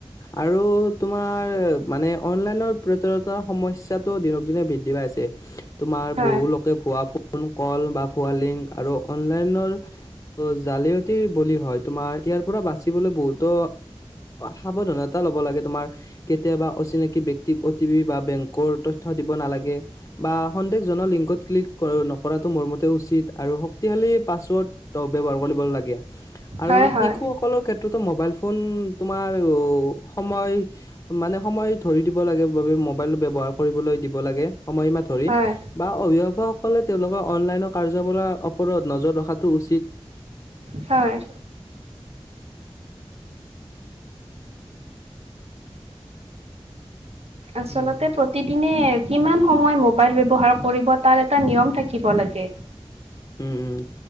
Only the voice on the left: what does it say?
আৰু তোমাৰ মানে অনলাইনৰ প্ৰতাৰতা সমস্যটো দিনক দিনে বৃদ্ধি পাই ছে তোমাৰ
বহু লোকে ভুৱ ফোন কল বা ভুৱা লিংক আৰু অনলাইনৰ জালিয়তি বলি হয় তোমাৰ ইয়াৰ পৰা বাচিবলৈ বহুত তো সাৱধানতা ল'ব লাগে তোমাৰ কেতিয়াবা অচিনাকি ব্যক্তি অটি পি বা বেংকৰ তথ্য দিব নালাগে বা সন্দেহ লিংকত ক্লিক নকৰাটো মোৰ মতে উচিত আৰু শক্তিশালী পাছৱৰ্ড ব্যৱহাৰ কৰিব লাগে
শিশুসকলৰ
ক্ষেত্ৰত মবাইল ফোন তোমাৰ সময় মানে সময় ধৰিদিব লাগে বাবে মবাইল ব্যৱহাৰ কৰিবলৈ দিব লাগে সময়সীমা ধৰি
বা অভিভাৱকসকলে তেওঁলোকৰ অনলাইনৰ কাৰ্য বোৰৰ ওপৰত নজৰ ৰখাটো উচিত
উম
উম উম।